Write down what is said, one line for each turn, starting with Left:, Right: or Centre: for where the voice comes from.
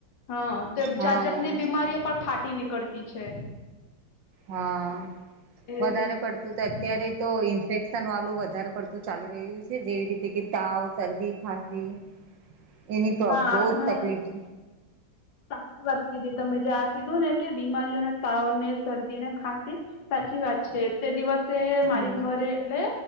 Left: હા તો
Right: હા
Left: જાત
Right: હા
Left: જાતની બીમારીઓ પર ફાટી નીકળતી બી છે.
Right: હા
Left: એવું
Right: વધારે
Left: છે
Right: પડતું તો અત્યારે જ તો ઇન્ફેક્શન વાળું વધારે પડતું ચાલી રહ્યું છે જેવી રીતે કે તાવ શરદી ખાંસી એની તો
Left: હા આ
Right: બહુ
Left: તમે
Right: જ તકલીફ
Left: સાચી વાત કીધી તમે જે આ કીધું ને કે બીમારીઓને તાવ ને શરદી ને ખાંસી સાચી વાત છે તે દિવસ તે મારી
Right: હમ
Left: ઘરે એટલે